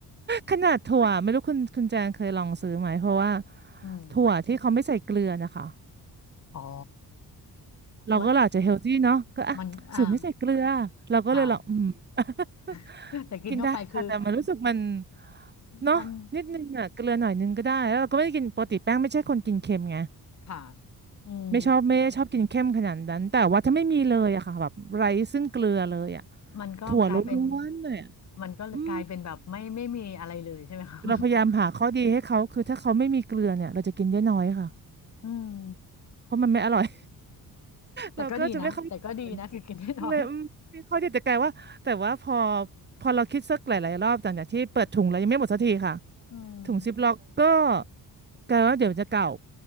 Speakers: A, on the right; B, on the left.
A: ขนาดถั่วไม่รู้คุณคุณแจงเคยลองซื้อไหมเพราะว่า
B: อืม
A: ถั่วที่เขาไม่ใส่เกลือนะคะ
B: อ๋อ
A: เราก็อาจจะเฮลตี้เนาะก็อ่ะสูตรไม่ใส่เกลือเราก็เลยลองอืม
B: มันมันอ่าค่ะ
A: <laughs>
B: <laughs> แต่กินเข้าไปคือ
A: กินได้ค่ะแต่มันรู้สึกมันเนาะนิดนึงอ่ะเกลือหน่อยนึงก็ได้แล้วเราก็ไม่ได้กินปกติแป้งไม่ใช่คนกินเค็มไง
B: มันค่ะอืม
A: ไม่ชอบไม่ได้ชอบกินเค็มขนาดนั้นแต่ว่าถ้าไม่มีเลยอะค่ะแบบไร้ซึ่งเกลือเลยอะ
B: มันก็กลายเป็น
A: ถั่วล้วนๆเลยอะ
B: มันก็กลายเป็นแบบไม่ไม่มีอะไรเลยใช่ไหมครับ
A: อืม <laughs> เราพยายามหาข้อดีให้เขาคือถ้าเขาไม่มีเกลือเนี่ยเราจะกินได้น้อยค่ะ
B: <laughs> อืม
A: เพราะมันไม่อร่อย
B: แต่ก็ดีนะแต่ก็ดีนะคือกินได้น้อย
A: เราก็จะไม่ค่อยเหมือนเลยอืมไม่ค่อยที่จะแกลายว่าแต่ว่าพอพอเราคิดสักหลายๆรอบจากอย่างที่เปิดถุงแล้วยังไม่หมดสักทีค่ะ
B: <laughs> อืม
A: ถุงซิปล็อกก็แกลายว่าเดี๋ยวจะเก่า